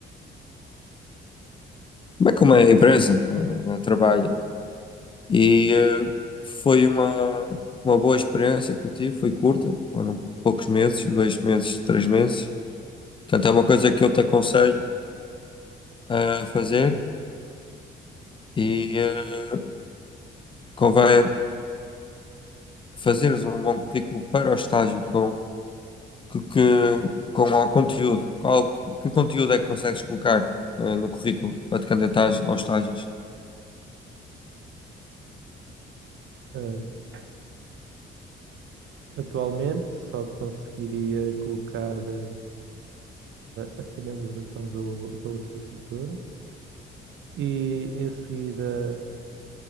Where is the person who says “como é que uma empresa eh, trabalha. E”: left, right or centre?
Left